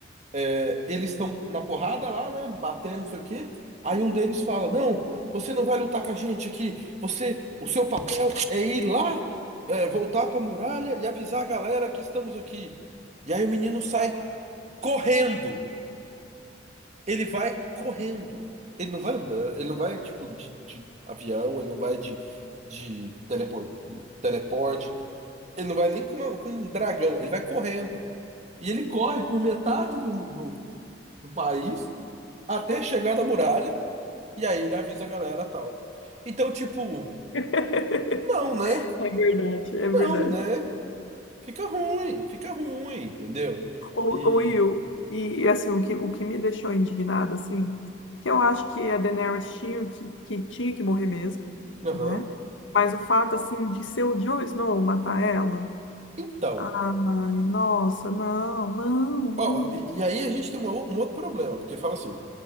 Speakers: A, on the right; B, on the left.
A: é, eles estão na porrada lá, né? Batendo, não sei o quê. Aí um deles fala: Não, você não vai lutar com a gente aqui. Você, o seu papel é ir lá, é, voltar pra muralha e avisar a galera que estamos aqui. E aí o menino sai correndo. Ele vai correndo. Ele não vai andando, ele não vai, tipo, de, de avião, ele não vai de, de telepor- teleporte, ele não vai nem com, com um dragão, ele vai correndo. E ele corre por metade do, do, do país até chegar na muralha, e aí ele avisa a galera tal. Então, tipo,
B: <laughs>
A: não, né?
B: É verdade, é verdade.
A: Não, né? Fica ruim, fica ruim, entendeu?
B: Ou,
A: E.
B: ou Will, e assim, o que, o que me deixou indignada, assim, que eu acho que a Daenerys tinha que, que tinha que morrer mesmo,
A: Aham.
B: né? Mas o fato, assim, de ser o Jon Snow matar ela,
A: Então.
B: ai, nossa, não, não, não,
A: Ó,
B: não.
A: e, e aí a gente tem uma ou- um outro problema, porque fala assim,